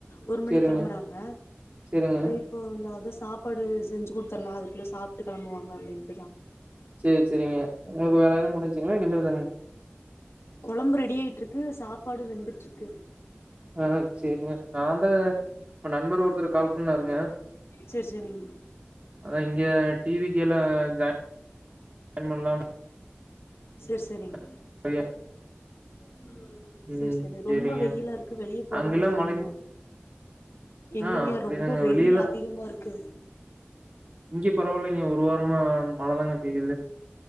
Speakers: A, on the left (about 80°); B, on the right (about 35°).
A: ஒரு மணி
B: சேரிங்க,
A: கிளம்புறாங்க
B: சேரிங்க.
A: இப்ப <unintelligible> சாப்பாடு செஞ்சு குடுத்துரலா அதுக்குள்ளே சாப்ட்டு கிளம்புவாங்க அப்படின்ட்டு தான்
B: சேரி சேரிங்க உங்களுக்கு வேலை எல்லா முடிஞ்சுங்களா இனிமே <unintelligible>
A: குழம்பு ரெடி ஆய்யிட்டு இருக்கு சாப்பாடு வெந்துட்டு இருக்கு
B: ஆஹ் சேரிங்க நான் தான் நண்பர் ஒருதரு கால் <unintelligible> <unintelligible>
A: சேரி சேரிங்க
B: அதான் இங்க டிவிகேல ஜய்ன் <unintelligible> பண்லானு
A: சேரி சேரிங்
B: <unintelligible>
A: <inaudible>
B: ம்
A: சேரி சேரி
B: சேரிங்க.
A: ரொம்ப வெயிலா இருக்கு வெளியே போகாதீங்க
B: அங்கெல்லாம்
A: அதிகமா
B: மழைங்
A: எங்கங்க
B: ஆ அப்படிதாங்க.
A: ரொம்ப வெயில்
B: வெளியலா
A: அதிகமா இருக்கு
B: இங்க பரவாயில்லைங்க. ஒரு வாரமா மழ தாங்க பெய்யுது